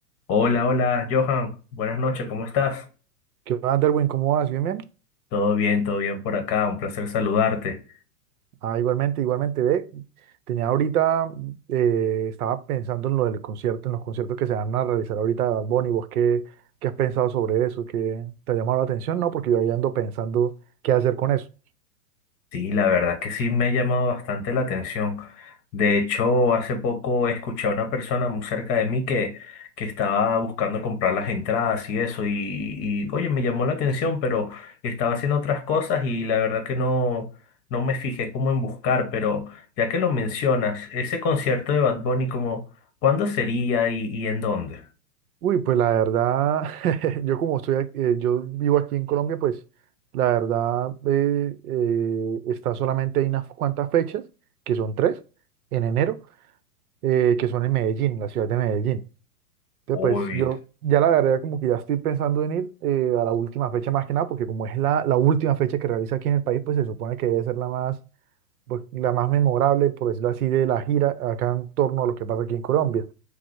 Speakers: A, on the left; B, on the right.
A: Hola, hola, Johan. Buenas noches, ¿cómo estás?
B: ¿Qué más, Derwin? ¿Cómo vas? ¿Bien, bien?
A: Todo bien, todo bien por acá. Un placer saludarte.
B: Ah, igualmente, igualmente, ve. Tenía ahorita, eh, estaba pensando en lo del concierto, en los conciertos que se van a realizar ahorita de Bad Bunny. ¿Vos qué, qué has pensado sobre eso? ¿Qué te ha llamado la atención? No, porque yo ahí ando pensando qué hacer con eso.
A: Sí, la verdad que sí me ha llamado bastante la atención. De hecho, hace poco escuché a una persona muy cerca de mí que, que estaba buscando comprar las entradas y eso. Y, y, oye, me llamó la atención, pero estaba haciendo otras cosas y la verdad que no, no me fijé como en buscar. Pero ya que lo mencionas, ese concierto de Bad Bunny, como, ¿cuándo sería y, y en dónde?
B: Uy, pues la verdad, <laughs> yo como estoy, ac- eh, yo vivo aquí en Colombia, pues la verdad eh, eh, está solamente hay unas cuantas fechas, que son tres, en enero, eh, que son en Medellín, la ciudad de Medellín. Que
A: Uy.
B: pues yo ya la verdad como que ya estoy pensando en ir eh, a la última fecha más que nada, porque como es la, la última fecha que realiza aquí en el país, pues se supone que debe ser la más, pues, la más memorable, por decirlo así, de la gira acá en torno a lo que pasa aquí en Colombia.